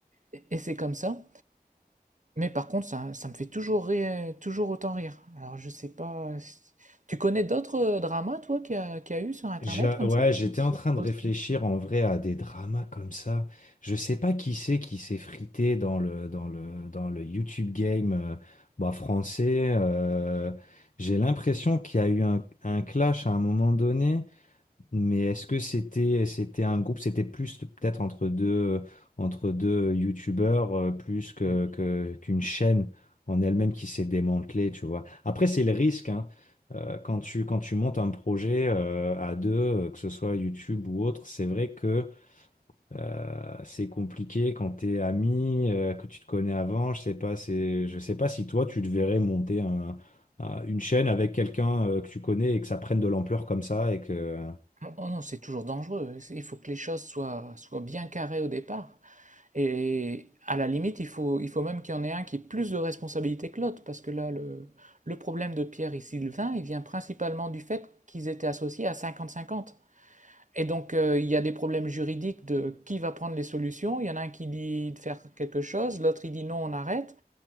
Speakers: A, on the right; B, on the left.
A: et- et c'est comme ça. Mais par contre, ça, ça me fait toujours rire, toujours autant rire. Alors je sais pas. si- Tu connais d'autres euh, dramas, toi, qu'il y a, qu'il y a eu sur Internet
B: Je-
A: comme
B: ouais,
A: ça?
B: j'étais en train de
A: Aussi.
B: réfléchir en vrai à des dramas comme ça. Je sais pas qui c'est qui s'est frité dans le, dans le, dans le YouTube game euh, bah, français. euh, j'ai l'impression qu'il y a eu un, un clash à un moment donné. Mais est-ce que c'était c'était un groupe, c'était plus peut-être entre deux entre deux youtubeurs euh, plus que,
A: Oui.
B: que- qu'une chaîne en elle-même qui s'est démantelée, tu vois. Après, c'est le risque, hein. Euh, quand tu quand tu montes un projet euh, à deux, euh, que ce soit YouTube ou autre, c'est vrai que euh, c'est compliqué quand t'es ami, euh, que tu te connais avant. Je sais pas, c'est je sais pas si toi tu te verrais monter un, un- une chaîne avec quelqu'un euh, que tu connais et que ça prenne de l'ampleur comme ça et que
A: Oh non, c'est toujours dangereux. Il faut que les choses soient, soient bien carrées au départ. Et à la limite, il faut, il faut même qu'il y en ait un qui ait plus de responsabilité que l'autre, parce que là, le, le problème de Pierre et Sylvain, il vient principalement du fait qu'ils étaient associés à 50-50. Et donc, euh, il y a des problèmes juridiques de qui va prendre les solutions. Il y en a un qui dit de faire quelque chose, l'autre il dit non, on arrête.